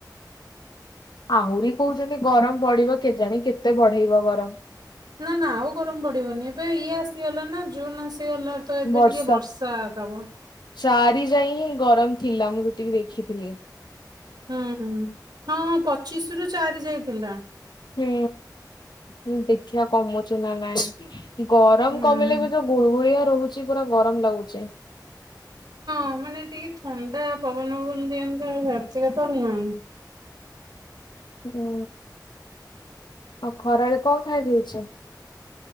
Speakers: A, on the left (about 75°); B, on the right (about 75°).
A: ଆହୁରି କହୁଛନ୍ତି ଗରମ ବଢିବ କେଜାଣି କେତେ ବଢେଇବ ଗରମ।
B: ନାଁ ନାଁ ଆଉ ଗରମ ପଡିବନି ଏବେ ଇଏ ଆସିଗଲା ନା ଜୁନ୍ ଆସିଗଲା। ତ ଏବେ
A: ବର୍ଷା
B: ଟିକେ ଦବ।
A: ଚାରି ଯାଏ ହିଁ ଗରମ ଥିଲା ମୁଁ ଯେତିକି ଦେଖିଥିଲି।
B: ହୁଁ ହୁଁ ହଁ ପଚିଶ ରୁ ଚାରି ଯାଏ ଥିଲା।
A: ହୁଁ ହୁଁ ଦେଖିବା କମୁଛି ନା ନାହିଁ ଗରମ
B: ହୁଁ।
A: କମିଲେ ବି ଯୋଉ ଗୁଳଗୁଳିଆ ରହୁଛି ପୁରା ଗରମ ଲାଗୁଛି।
B: ହଁ ମାନେ ଟିକେ ଥଣ୍ଡା ପବନ ଫବନ ଦିଅନ୍ତା ଆଉ ବାତ୍ୟା ହବାର ନାହିଁ।
A: ହୁଁ ଆଉ ଖରାବେଳେ କଣ ଖାଇ ଦେଇଛନ୍ତି?